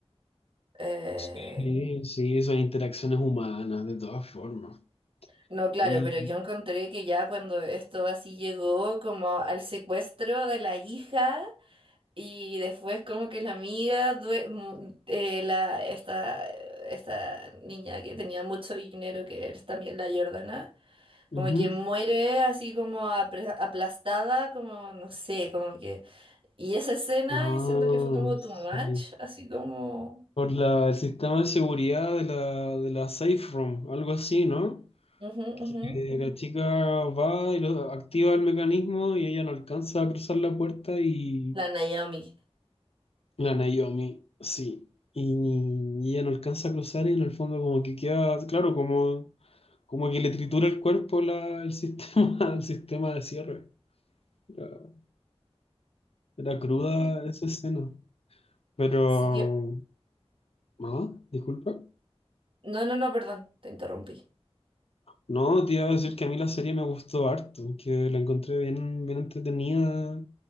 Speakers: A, on the right; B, on the left.
A: Eh,
B: Sí, sí, son interacciones humanas, de todas formas.
A: no, claro,
B: Y,
A: pero yo encontré que ya cuando esto así llegó como al secuestro de la hija y después como que la amiga, due- mu- eh, la, esta, esta niña que tenía mucho dinero, que es también la Jordana,
B: ujú.
A: como que muere así como apre- aplastada, como no sé, como que... Y esa escena
B: Ah,
A: yo siento que fue como too
B: sí.
A: much, así como...
B: Por la, el sistema de seguridad de la, de la Safe Room, algo así, ¿no?
A: ujú, ujú.
B: Que la chica va y lo- activa el mecanismo y ella no alcanza a cruzar la puerta y
A: La Naomi.
B: La Naomi, sí. Y, ni- y ella no alcanza a cruzar y en el fondo como que queda, claro, como, como que le tritura el cuerpo la, el sistema, <laughs> el sistema de cierre. Era, era cruda
A: Ujú.
B: esa escena. Pero,
A: Sí, yo-
B: no, disculpa.
A: No, no, no, perdón, te interrumpí.
B: No, te iba a decir que a mí la serie me gustó harto, que la encontré bien, bien entretenida,